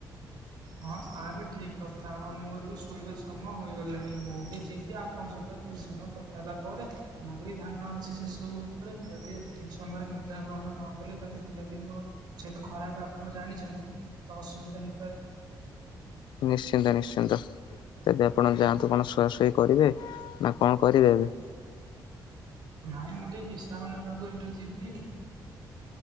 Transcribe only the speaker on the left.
ନିଶ୍ଚିନ୍ତ ନିଶ୍ଚିନ୍ତ। ତେବେ ଆପଣ ଯାନ୍ତୁ କଣ ଶୁଆ ଶୁଇ କରିବେ ନା କଣ କରିବେ ଏବେ?